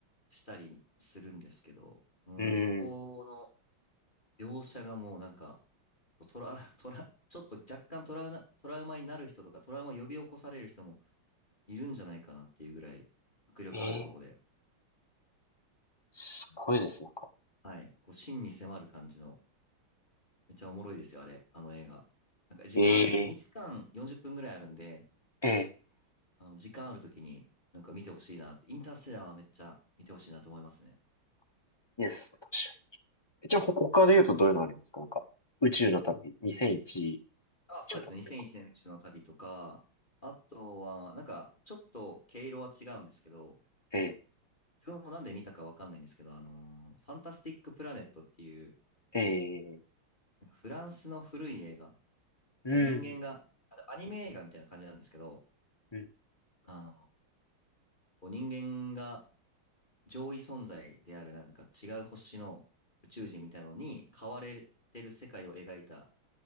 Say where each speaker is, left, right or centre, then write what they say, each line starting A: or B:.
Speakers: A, on the left; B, on the left.
A: したりみするんですけど、うん、
B: うんうん、
A: そこの描写がもうなんか、トラ、トラ、ちょっと若干トラウナ、トラウマになる人とか、トラウマを呼び起こされる人もいるんじゃないかなっていうぐらい迫力あるとこで、
B: ええ、すごいです、
A: なんか、
B: なんか。
A: はい。こう、真に迫る感じの、めっちゃおもろいですよ、あれ、あの映画。なんか時間あるとき、
B: ええ、
A: 2時間40分ぐらいあるんで、
B: ええ。
A: あの、時間あるときになんか見てほしいなって、インターステラーはめっちゃ見てほしいなと思いますね。
B: です。確かに。じゃあ、ほ他で言うとどういうのありますかなんか、宇宙の旅、2001
A: あ、
B: 宇宙の旅とか。
A: そうですね。2001年宇宙の旅とか、あとは、なんか、ちょっと毛色は違うんですけど、
B: え
A: 自分もなんで見たかわかんないんですけど、あのーファンタスティック・プラネットっていう、
B: え、ええ、
A: なんかフランスの古い映画、
B: うん、
A: 人間が、あアニメ映画みたいな感じなんですけど、
B: うん、
A: あの、こう人間が上位存在であるなんか違う星の宇宙人みたいなのに変われてる世界を描いた
B: うん